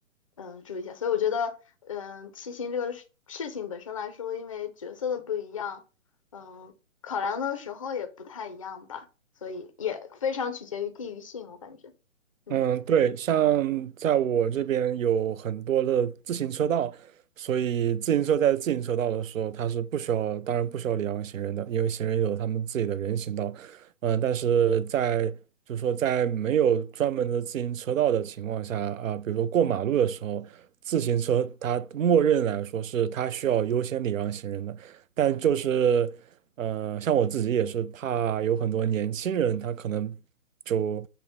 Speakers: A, on the left; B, on the right.
A: 嗯注意一下。所以我觉得嗯，骑行这个事事情本身来说，因为角色的不一样，嗯，考量的时候也不太一样吧，所以也非常取决于地域性，我感觉，嗯。
B: 嗯，对，像在我这边有很多的自行车道，所以自行车在自行车道的时候，它是不需要，当然不需要礼让行人的，因为行人有他们自己的人行道。嗯、但是在就是说在没有专门的自行车道的情况下，啊、比如说过马路的时候，自行车它默认来说是它需要优先礼让行人的，但就是呃，像我自己也是怕有很多年轻人他可能就。